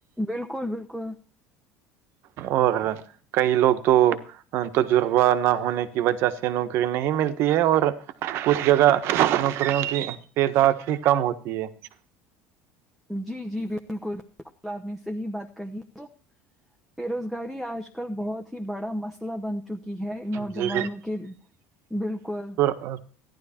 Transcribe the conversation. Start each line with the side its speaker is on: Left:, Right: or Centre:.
Centre: بالکل بالکل
Right: اور کئی لوگ تو تجربہ نہ ہونے کی وجہ سے نوکری نہیں ملتی ہے اور کچھ جگہ نوکریوں کی تعداد ہی کم ہوتی ہے
Centre: جی جی بالکل بالکل آپ نے صحیح بات کہی تو بے روزگاری آج کل بہت ہی بڑا مسئلہ بن چکی ہے نوجوانوں
Right: جی
Centre: کے بالکل
Right: صر